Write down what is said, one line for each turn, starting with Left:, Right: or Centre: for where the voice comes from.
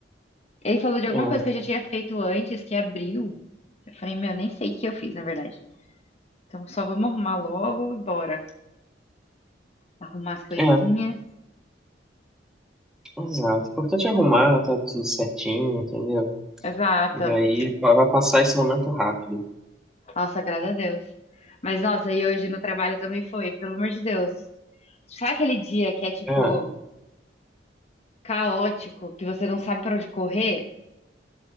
Left: Ele falou de
Centre: É,
Left: alguma coisa que eu já tinha feito antes, que abriu. Eu falei, meu, nem sei o que eu fiz, na verdade. Então só vamos arrumar logo e bora. Arrumar as coisinhas.
Centre: é, exato. O importante é arrumar, tá tudo certinho, entendeu?
Left: Exato.
Centre: E aí pá, vai passar esse momento rápido.
Left: Nossa, graças a Deus. Mas nossa, e hoje no trabalho também foi, pelo amor de Deus. Sabe aquele dia que é tipo
Centre: É,
Left: caótico, que você não sabe pra onde correr?